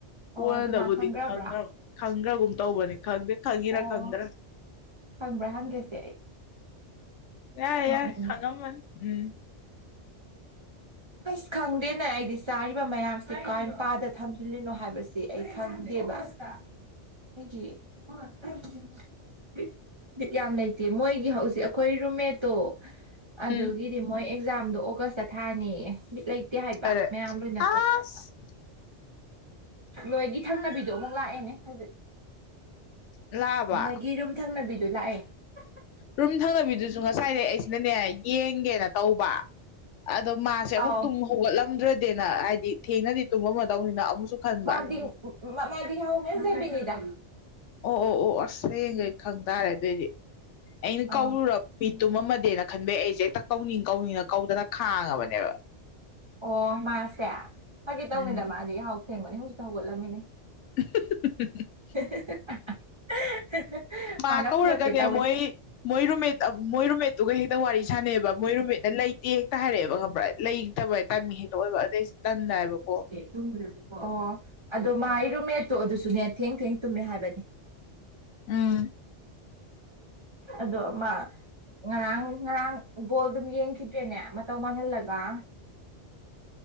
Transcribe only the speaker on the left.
ꯀꯣꯟꯅꯗꯕꯨꯗꯤ
ꯈꯪꯒ꯭ꯔꯕ ꯈꯪꯒ꯭ꯔꯥꯒꯨꯝ ꯇꯧꯕꯅꯤ ꯈꯪꯗꯦ ꯈꯪꯉꯤꯔ
ꯈꯪꯗ꯭ꯔꯥ꯫
ꯌꯥꯏ
ꯌꯥꯏ ꯈꯪꯉꯝꯃꯅꯤ ꯎꯝ꯫
ꯎꯝ
ꯂꯩꯔꯦ
ꯑꯁ
ꯂꯥꯛꯑꯕ
ꯔꯨꯝ ꯊꯪꯅꯕꯤꯗꯨꯁꯨ ꯉꯁꯥꯏꯗꯩ ꯑꯩꯁꯤꯅꯅꯦ ꯌꯦꯡꯒꯦꯅ ꯇꯧꯕ꯫ ꯑꯗꯣ ꯃꯥꯁꯦ ꯑꯃꯨꯛ
ꯇꯨꯝ ꯍꯧꯒꯠꯂꯝꯗ꯭ꯔꯗꯦꯅ ꯍꯥꯏꯗꯤ ꯊꯦꯡꯅꯗꯤ ꯇꯨꯝꯃꯝꯃꯗꯧꯅꯤꯅ꯫ ꯑꯃꯨꯛꯁꯨ ꯈꯟꯕ
ꯑꯣ ꯑꯣ ꯑꯣ ꯑꯁ ꯍꯌꯦꯡꯈꯩ ꯈꯪ ꯇꯥꯔꯦ ꯑꯗꯨꯑꯣꯏꯗꯤ ꯑꯩꯅ
ꯀꯧꯔꯨꯔꯕ ꯃꯤ ꯇꯨꯝꯃꯗꯤꯅ ꯈꯟꯕꯩ ꯑꯩꯁꯦ ꯍꯦꯛꯇ ꯀꯧꯅꯤꯡ-ꯀꯧꯅꯤꯡꯅ ꯀꯧꯗꯅ ꯈꯥꯡꯉꯕꯅꯦꯕ꯫
ꯎꯝ
<inaudible>
ꯃꯥ
ꯀꯧꯔꯒꯅꯦ
ꯑꯃꯨꯛ ꯑꯩ ꯃꯣꯏ ꯔꯨꯝꯃꯦꯠ ꯃꯣꯏ ꯔꯨꯝꯃꯦꯠꯇꯨꯒ ꯍꯦꯛꯇ ꯋꯥꯔꯤ ꯁꯥꯟꯅꯩꯕ ꯃꯣꯏ ꯔꯨꯝꯃꯦꯠꯅ ꯂꯩꯇꯦ ꯍꯦꯛꯇ ꯍꯥꯏꯔꯛꯑꯦꯕ ꯈꯪꯕ꯭ꯔꯥ ꯑꯩ꯫ ꯂꯩꯇꯕ ꯍꯦ ꯇꯥꯏꯃꯤꯡ ꯍꯦꯛꯇ ꯑꯣꯏꯕ ꯑꯗꯩꯁꯨ ꯇꯟꯗꯅꯀꯣ꯫
ꯎꯝ